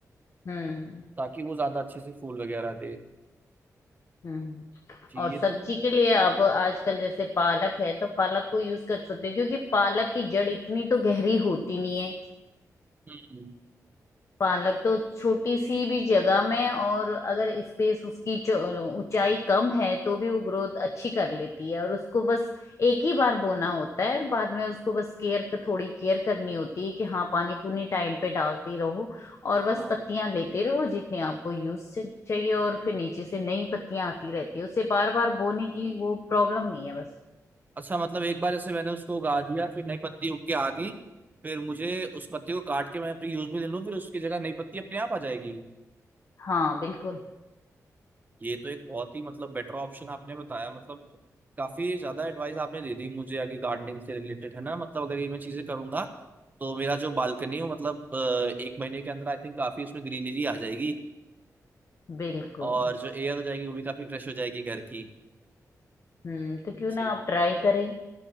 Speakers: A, on the left; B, on the right.
A: हम्म
B: ताकि वो ज्यादा अच्छे से फूल वगैरह दे
A: हम्म
B: जी
A: और
B: ये
A: सब्जी
B: तो मतलब
A: के लिए आप आजकल जैसे पालक है तो पालक को यूज कर सकते हो क्योंकि पालक की जड़ इतनी तो गहरी होती नहीं है
B: हम्म
A: पालक तो छोटी सी भी जगह में और अगर स्पेस उसकी चो- ऊंचाई कम है तो भी वो ग्रोथ अच्छी कर लेती है और उसको बस एक ही बार बोना होता है और बाद में उसको बस केयर थोड़ी केयर करनी होती है कि हाँ पानी पूनी टाइम पे डालते रहो और बस
B: हाँ
A: पत्तियां लेते रहो जितनी आपको यूज चाहिए और फिर नीचे से नई पत्तियां आती रहती है उसे बार बार बोने की वो प्रॉब्लम नहीं है बस
B: अच्छा मतलब एक बार ऐसे मैंने उसको उगा दिया फिर नई पत्ती उग के आ गई फिर मुझे उस पत्ती को काट के मैं अपने यूज में ले लूँ फिर उसकी जगह नई पत्ती अपने आप आ जाएगी
A: हाँ बिल्कुल
B: ये तो एक बहुत ही मतलब बेटर ऑप्शन आपने बताया मतलब काफी ज्यादा एडवाइस आपने दे दी मुझे आगे गार्डनिंग से रिलेटेड है ना मतलब अगर ये मैं चीजें करूंगा तो मेरा जो बालकनी हो मतलब अ, एक महीने के अंदर आई थिंक काफी उसमें ग्रीनरी आ जाएगी
A: बिल्कुल
B: और जो एयर हो जाएगी वो भी काफी फ्रेश हो जाएगी घर की
A: हम्म तो क्यों
B: जी
A: ना आप ट्राई करें